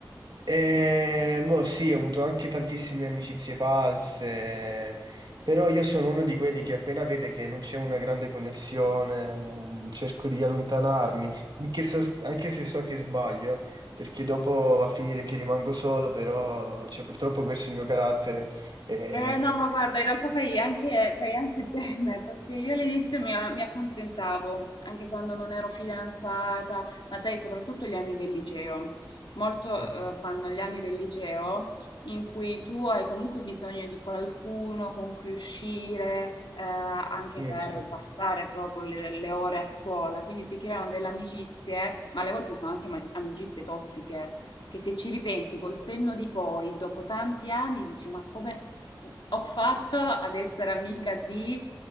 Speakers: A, on the right; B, on the left.
A: E boh, sì, ho avuto anche tantissime amicizie false, però io sono uno di quelli che appena vede che non c'è una grande connessione, eh, cerco di allontanarmi, anche, so- anche se so che sbaglio, perché dopo va a finire che rimango solo, però cioè, purtroppo questo è il mio carattere. e-
B: Eh no, ma guarda, in realtà fai anche, fai anche <laughs> bene, perché io all'inizio mi, mi accontentavo, anche quando non ero fidanzata, ma sai, soprattutto gli anni del liceo. Molto,
A: eh,
B: eh, fanno gli anni del liceo in cui tu hai comunque bisogno di qualcuno con cui uscire, eh, anche
A: sì,
B: per
A: cioè,
B: passare proprio le, le ore a scuola. Quindi si creano delle amicizie, ma alle volte sono anche ma- amicizie tossiche che se ci ripensi col senno di poi, dopo tanti anni, dici: Ma come f- ho fatto ad essere amica di.